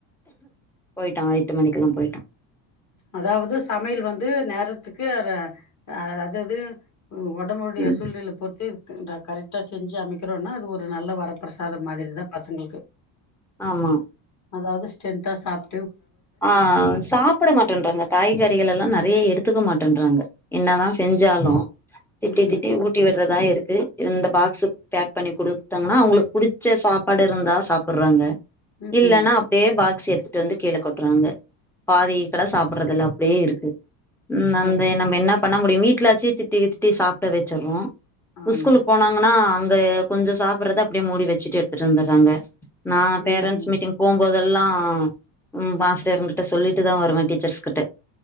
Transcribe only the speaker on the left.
அதாவது சமைய்ல் வந்து நேரத்துக்கு ர அ அதது ஒடம்புடைய
சூழ்நில பொற்த்து <unintelligible> கரெக்டா செஞ்சு அமைக்கிறோனா அது ஒரு நல்ல வரப்பிரசாதம் மாதிரிதா பசங்ளுக்கு
அதாவது ஸ்டென்தா சாப்
ம்
ம்
ம்
அது
ஆமா
ம்ஹூ